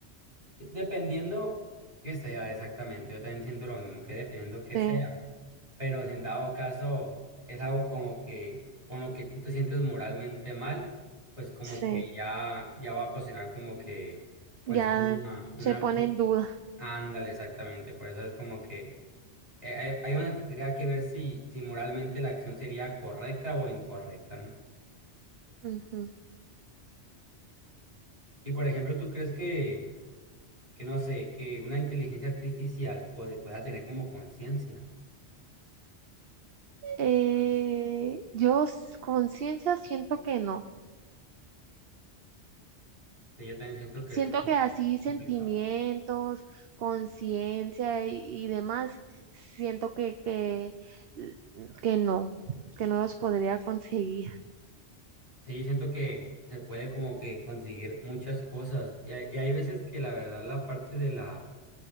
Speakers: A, on the right (about 35°); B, on the right (about 60°).
A: Dependiendo que sea exactamente, yo también siento lo mismo, que dependiendo que
B: Sí,
A: sea, pero si en dado caso es algo como que con lo que tú te sientes moralmente mal, pues como
B: sí,
A: que ya, ya va a ocasionar como que pues
B: ya
A: una, una
B: se pone en duda.
A: Ándale, exactamente. Por eso es como que eh, hay, hay donde tendría que ver si, si moralmente la acción sería correcta o incorrecta, ¿no?
B: Ujú.
A: Y por ejemplo, ¿tú crees que, que no sé, que una inteligencia artificial puede, pueda tener como conciencia?
B: Eh, yo s- conciencia siento que no.
A: Sí, yo también siento que
B: Siento
A: es como
B: que así sentimientos,
A: complicado.
B: conciencia y, y demás, siento que, que, que no, que no los podría conseguir.
A: Sí, yo siento que se puede como que conseguir muchas cosas. Y hay, y hay veces que la verdad la parte de la